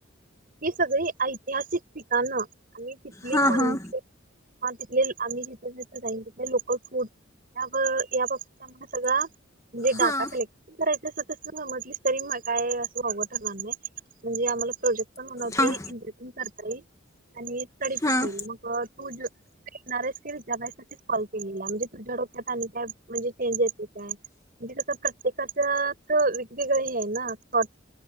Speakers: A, on the right; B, on the left.
A: ही सगळी ऐतिहासिक ठिकाणं आणि तिथली
B: हां
A: मंदिरं
B: हां
A: आन तिथले आम्ही जिथं जिथं जाईन तिथले लोकल फूड या ब बाबतीत आम्हाला सगळा म्हणजे डाटा
B: हां
A: कलेक्ट करायचं असं तसं समजलीस तरी काय असं वावगं ठरणार नाही म्हणजे आम्हाला प्रोजेक्ट पण बनवता
B: हां
A: येई इंटर पण करता येई आणि स्टडी
B: हां
A: पण होईल मग तू ज तू येणार आहेस की विचारायसाठीच कॉल केलेला म्हणजे तुझ्या डोक्यात आणि काय म्हणजे चेंज येते काय म्हणजे कसं प्रत्येकाच्यात वेगवेगळं ही आहे ना थॉट